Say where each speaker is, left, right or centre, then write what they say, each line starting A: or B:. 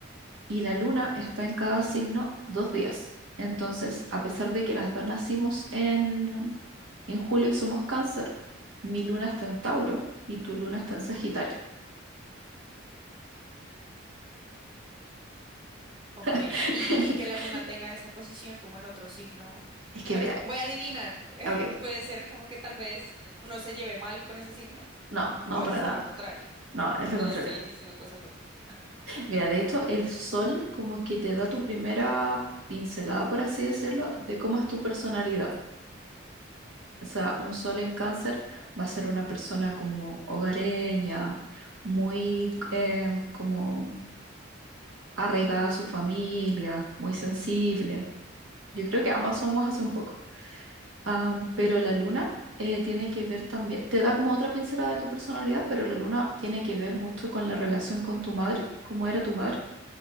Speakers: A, on the right (about 75°); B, on the right (about 25°).
A: Y la luna está en cada signo dos días. Entonces, a pesar de que las dos nacimos en, en julio y somos cáncer, mi luna está en Tauro y tu luna está en Sagitario.
B: Ok, y,
A: <laughs>
B: y que la luna tenga esa posición como en otro signo.
A: Es que
B: Bueno,
A: mira,
B: voy a adivinar. <laughs> eh,
A: ok,
B: Puede ser como que tal vez uno se lleve mal con ese signo,
A: no, no
B: o es
A: para
B: solo
A: nada,
B: contrario,
A: no, es
B: o
A: lo contrario.
B: ya estoy diciendo cosas locas.
A: Mira, de hecho, el sol como que te da tu primera pincelada, por así decirlo, de cómo es tu personalidad. O sea, un sol en cáncer va a ser una persona como hogareña, muy eh, como arraigada a su familia, muy sensible. Yo creo que
B: Ujú,
A: ambas somos hace un poco. Am, pero la luna eh, tiene que ver también, te da como otra pincelada de tu personalidad, pero la luna tiene que ver mucho con la relación con tu madre, cómo era tu madre,